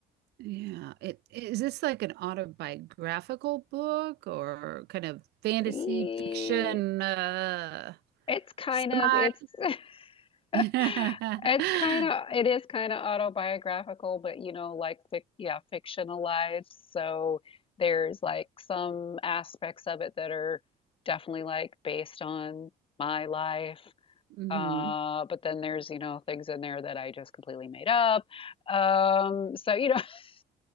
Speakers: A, on the right (about 75°); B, on the left (about 30°).
A: Yeah. It is this like an autobiographical book or kind of fantasy
B: E-
A: fiction uh
B: It's kind
A: semi?
B: of, it's <laughs>
A: <laughs>
B: It's kind of it is kind of autobiographical, but you know, like fic yeah, fictionalized. So there's like some aspects of it that are definitely like based on my life.
A: hmm
B: Uh, but then there's, you know, things in there that I just completely made up. Um, so you know,